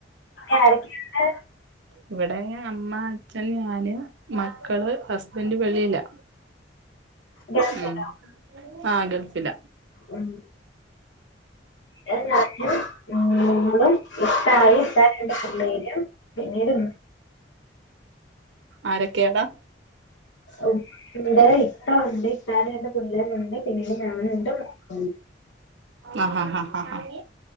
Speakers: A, on the left; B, on the right.
A: ആരെക്കെണ്ട്
B: ഇവടെ അമ്മ അച്ഛൻ ഞാന് മക്കള് ഹസ്ബെന്റ് വെളിയില
A: ഗൾഫിലോ
B: ഉം ആഹ് ഗൽഫില
A: ഉം വിടെ ഞാനും മോളും ഇത്തായിം ഇത്താത്തന്റെ പിള്ളേരും പിന്നീട്
B: ആരെക്കെയാടാ?
A: ഉപ്പ ഉണ്ട് ഇത്ത ഉണ്ട് ഇത്താടെ രണ്ട് പിള്ളേരുണ്ട് പിന്നീട് ഞാനുണ്ട് മോളുണ്ട്
B: ആഹ് ഹാ ആഹ് ആഹ്